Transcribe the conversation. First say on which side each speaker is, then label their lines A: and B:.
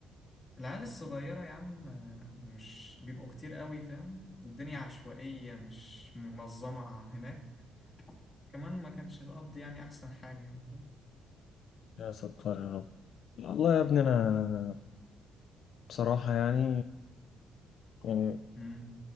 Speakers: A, on the left (about 30°); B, on the left (about 60°).
A: العيال الصغيرة يا عم آه، مش بيبقوا كتير قوي فاهم الدنيا عشوائية مش منظمة هناك كمان ما كانش القبض يعني أحسن حاجة يعني فاهم؟
B: يا ستار يا رب والله يا ابني انا بصراحة يعني يعني
A: مم.